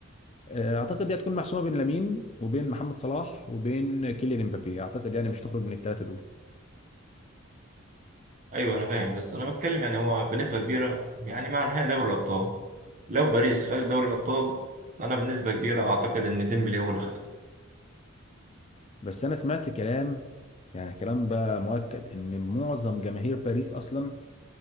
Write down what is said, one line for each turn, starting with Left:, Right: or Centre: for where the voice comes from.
Left: آه، اعتقد دي هتكون محسومه بين لامين وبين محمد صلاح وبين كيليان امبابي اعتقد يعني مش تخرج من الثلاثه دول
Right: ايوه انا فاهم بس انا بتكلم يعني هو بنسبه كبيره يعني مع نهائي دوري الابطال لو باريس خد دوري الابطال انا بنسبه كبيره اعتقد ان ديمبلي هو اللي خدها
Left: بس انا سمعت كلام يعني كلام بقى مؤكد ان معظم جماهير باريس اصلا